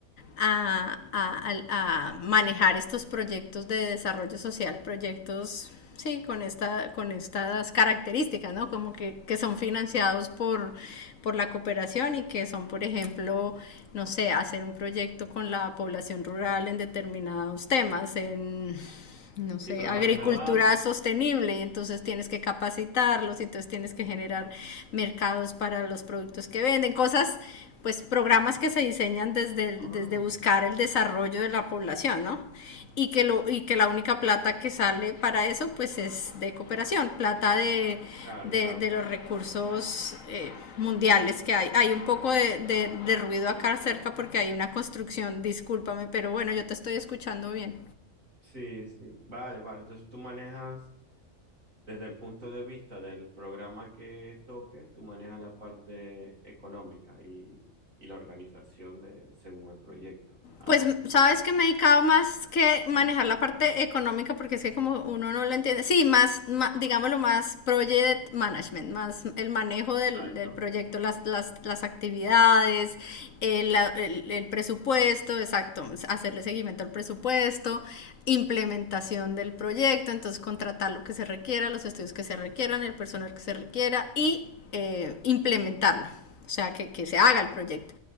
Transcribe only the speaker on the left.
a, a- a- a manejar estos proyectos de desarrollo social, proyectos, sí, con esta, con estas características, ¿no? Como que, que son financiados por, por la cooperación y que son, por ejemplo, no sé, hacer un proyecto con la población rural en determinados temas, en no sé,
agricultura
sostenible, y entonces tienes que capacitarlos, y entonces tienes que generar mercados para los productos que venden, cosas, pues programas que se diseñan desde,
desde buscar el desarrollo de la población, ¿no? Y que, lo, y que la única plata que sale para eso, pues es de cooperación, plata de,
de,
de los recursos eh, mundiales que hay. Hay un poco de, de de ruido acá cerca porque hay una construcción, discúlpame, pero bueno, yo te estoy escuchando bien.
Pues sabes que me he dedicado más que manejar la parte económica porque es que como uno no lo entiende, sí, más, ma- digámoslo más project management, más el manejo del,
del proyecto, las, las, las actividades, el, la- el- el presupuesto, exacto, hacerle seguimiento al presupuesto, implementación del proyecto, entonces contratar lo que se requiera, los estudios que se requieran, el personal que se requiera y eh, implementarlo o sea, que, que se haga el proyecto.